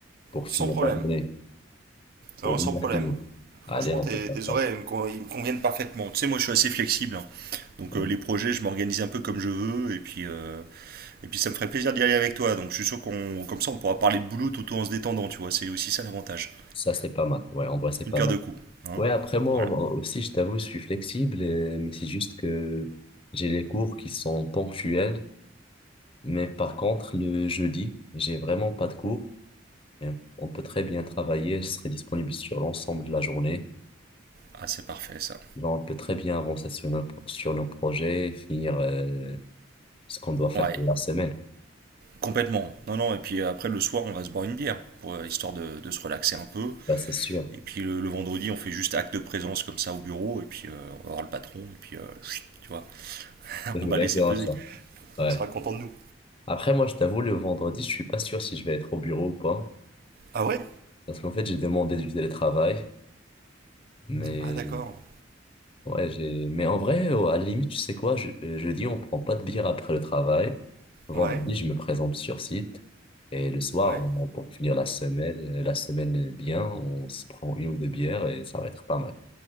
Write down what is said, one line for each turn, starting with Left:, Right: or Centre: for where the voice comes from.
Left: pour
Right: Sans
Left: finir
Right: problème.
Left: la journée, pour
Right: Non, sans
Left: bien
Right: problème.
Left: finir. Allez,
Right: Franchement,
Left: on
Right: tes,
Left: peut faire
Right: tes
Left: ça.
Right: horaires, ils me, con- ils me conviennent parfaitement. Tu sais, moi, je suis assez flexible. hein. Donc,
Left: Bon,
Right: euh, les projets, je m'organise un peu comme je veux. Et puis, euh, Et puis ça me ferait plaisir d'y aller avec toi, donc je suis sûr qu'on, comme ça, on pourra parler de boulot tout en se détendant, tu vois. C'est aussi ça l'avantage.
Left: Ça, c'est pas mal. Ouais, en vrai, c'est
Right: Une
Left: pas
Right: pierre
Left: mal.
Right: deux coups, hein.
Left: Ouais, après, moi
Right: Voilà.
Left: en- aussi, je t'avoue, je suis flexible, euh, mais c'est juste que j'ai les cours qui sont ponctuels. Mais par contre, le jeudi, j'ai vraiment pas de cours. Et on peut très bien travailler. Je serai disponible sur l'ensemble de la journée.
Right: Ah, c'est parfait ça.
Left: Genre, on peut très bien avancer sur nos, pro- sur nos projets, finir euh, ce qu'on doit faire
Right: Ouais,
Left: pour la semaine.
Right: complètement. Non, non. Et puis après le soir, on va se boire une bière, pour, euh, histoire de, de se relaxer un peu.
Left: Bah, c'est sûr.
Right: Et puis le, le vendredi, on fait juste acte de présence comme ça au bureau, et puis euh, on va voir le patron, et puis euh, chut, tu vois,
Left: C'est
Right: on
Left: exactement
Right: va le laisser peser.
Left: ça. Ouais.
Right: Il sera content de nous.
Left: Après, moi, je t'avoue, le vendredi, je suis pas sûr si je vais être au bureau ou pas.
Right: Ah ouais?
Left: Parce qu'en fait, j'ai demandé du télétravail. Mais,
Right: Ah d'accord.
Left: ouais, j'ai... mais en vrai, au- à la limite, tu sais quoi, je, euh, jeudi, on prend pas de bière après le travail. Vendredi,
Right: Ouais,
Left: je me présente sur site. Et le soir,
Right: ouais.
Left: on- pour finir la semaine, euh, la semaine bien, on se prend une ou deux bières et ça va être pas mal.